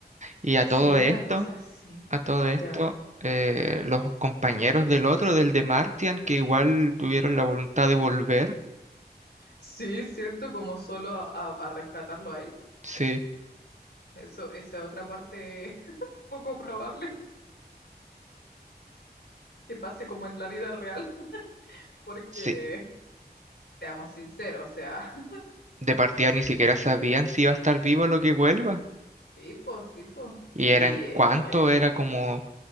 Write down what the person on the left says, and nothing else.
Sí,
una
cosa así.
Ya.
Sí, cierto, como solo a, a- a rescatarlo a él.
Eso, esa otra parte <laughs> poco probable que pase como en la vida real, <laughs> porque
seamos sinceros, o sea, <laughs>
sí, po, sí, po.
Y
es
que